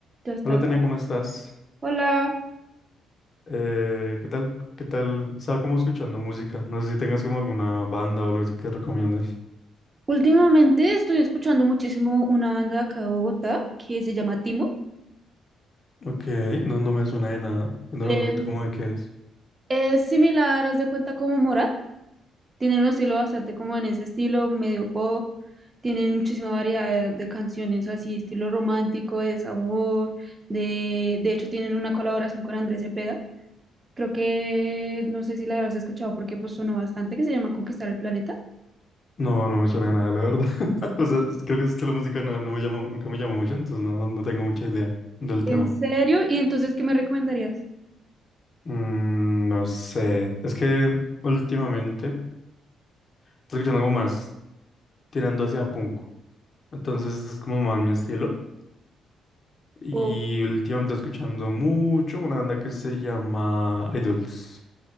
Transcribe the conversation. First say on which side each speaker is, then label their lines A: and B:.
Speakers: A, on the right; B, on the left.
A: Ya está
B: Hola
A: grabado.
B: Tania, ¿cómo estás?
A: Hola.
B: Eh, ¿qué tal? ¿Qué tal? Estaba como escuchando música. No sé si tengas como alguna banda o algo así que recomiendes.
A: Últimamente estoy escuchando muchísimo una banda de acá de Bogotá que se llama Timo.
B: Ok, no, no me suena de nada. Cuéntame
A: Es,
B: un poquito como de qué es.
A: es similar, haz de cuenta como Morat. Tienen un estilo bastante como en ese estilo, medio pop. Tienen muchísima variedad de, de canciones así, estilo romántico, de sabor. De, de hecho, tienen una colaboración con Andrés Cepeda. Creo que no sé si la habrás escuchado porque pues sonó bastante, que se llama Conquistar el Planeta.
B: No, no me suena de nada, la verdad. <laughs> O sea, creo que ese estilo de música no, no me llamó, nunca me llamó mucho, entonces no, no, no tengo mucha idea del tema.
A: ¿En serio? ¿Y entonces qué me recomendarías?
B: Mm, no sé. Es que últimamente estoy escuchando algo más tirando hacia punk. Entonces este es como más mi estilo. Y
A: O-
B: últimamente estoy escuchando mucho una banda que se llama Idols.